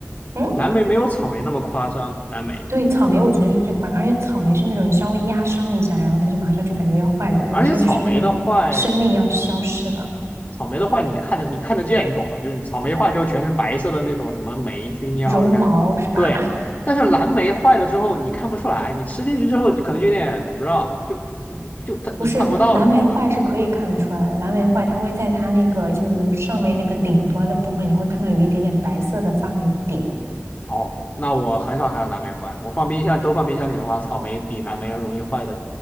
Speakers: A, on the right; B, on the left.
A: 嗯。
B: 蓝莓没有草莓那么夸张，蓝莓
A: 对，草莓我觉得是最夸张，而且草莓是那种你稍微压伤一下，然后它就马上就感觉要坏了，
B: 对，
A: 马上就是那个生命要消失了，
B: 而且草莓的坏。草莓的坏你能看得你看得见，你懂吗？就是草莓坏之后全是白色的那种什么霉菌也好是干什么，
A: 绒毛是吧？
B: 对。
A: <laughs>
B: 但是蓝莓坏了之后你看不出来，你吃进去之后可能就有点我不知道，就就它你看不到，
A: 不是，蓝莓坏是可以看得出来的，
B: 你知道吧？
A: 蓝莓坏它会在它那个就是上面那个顶端的部分，你会看到有一点点白色的发霉的点。
B: 哦，那我很少看到蓝莓坏，我放冰箱都放冰箱里的话，草莓比蓝莓要容易坏的